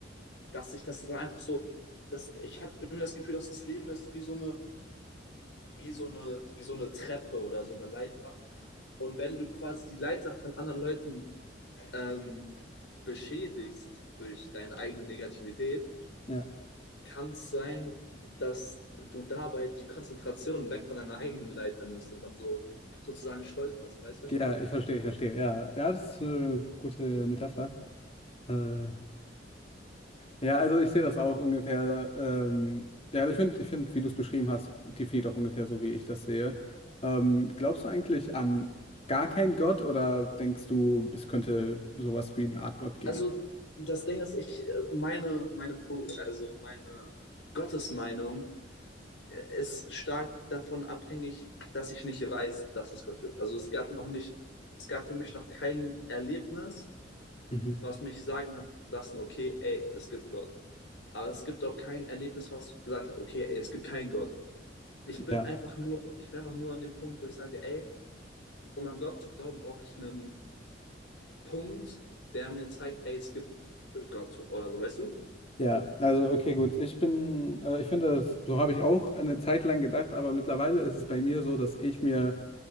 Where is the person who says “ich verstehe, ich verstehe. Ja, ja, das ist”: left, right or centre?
Left